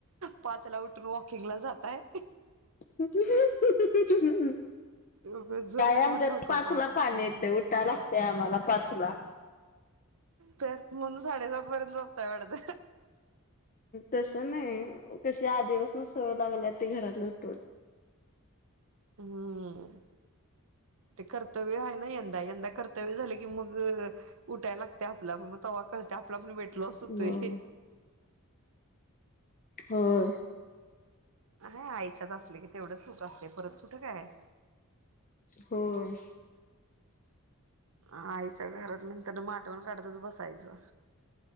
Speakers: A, on the right (about 65°); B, on the left (about 35°).
A: पाचला उठून वॉकिंगला जाताय.
B: ह्ह्हमम ह्हणं,
A: उगच झोप
B: काय
A: मोड
B: आमच्यात
A: नको
B: पाचला
A: पाप
B: पाणी येतय, उठाय लागतय, आम्हाला पाचला.
A: तर, म्हणून साडेसात पर्यंत झोपताय वाटत.
B: तसं नही, कशी आदिपासनच सवय लागली, ते घरातले उठवत
A: हम्म. ते कर्तव्य हायना यंदा, यंदा कर्तव्य झाले की, मग उठाय लाग त आपलपण, म तवा कळत, आपला पण वेट लॉस होतोय.
B: हम्म होय.
A: हां, आईच्यात असले की, तेवढं सुख असते, परत कुठं काय?
B: होय.
A: आईच्या घरात नंतर म आटवण काढतच बसायचं.